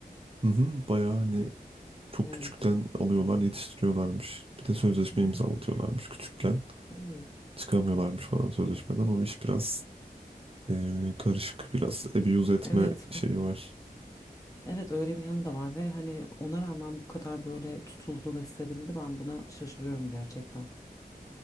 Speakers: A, on the right; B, on the left.
A: hı hı, bayağı hani Çok
B: Evet.
A: küçükten alıyorlar, yetiştiriyorlarmış. Bir de sözleşme
B: Hı hı.
A: imzalatıyorlarmış küçükken.
B: Evet.
A: Çıkamıyorlarmış falan sözleşmeden. O iş biraz eee, karışık. Biraz abuse etme
B: Evet,
A: şeyi var.
B: evet öyle bir yanı da var ve hani ona rağmen bu kadar böyle tutuldu ve sevildi ben buna şaşırıyorum gerçekten.